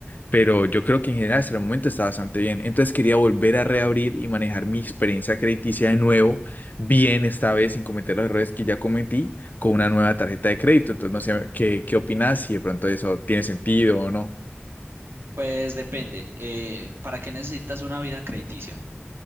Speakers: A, on the left (about 45°); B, on the right (about 75°).
A: pero yo creo que en general hasta el momento está bastante bien. Entonces quería volver a reabrir y manejar mi experiencia crediticia de nuevo, bien esta vez sin cometer los errores que ya cometí con una nueva tarjeta de crédito. Entonces no sé qué, qué opinas, si de pronto eso tiene sentido o no.
B: Pues depende, eh, ¿para qué necesitas una vida crediticia?